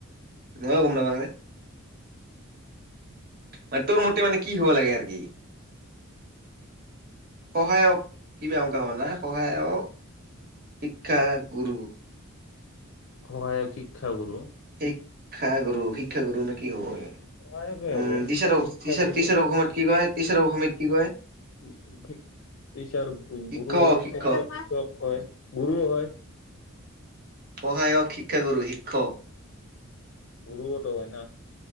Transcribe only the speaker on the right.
মইও গম নেপায় দেই মানে, টোৰ মতে মানে কি হ'ব লাগে আৰু কি? সহায়ক কিবা অংকা হোৱা নাই? সহায়ক শিক্ষা গুৰু
শিক্ষা গুৰু, শিক্ষা গুৰু নে কি হব উম
টিচাৰক
অসমীয়াত কি কয়? ঈশৰৰ অসমিয়াত কি কয়?
শিক্ষক
শিক্ষক
সহায়ক, শিক্ষাগুৰু, শিক্ষক।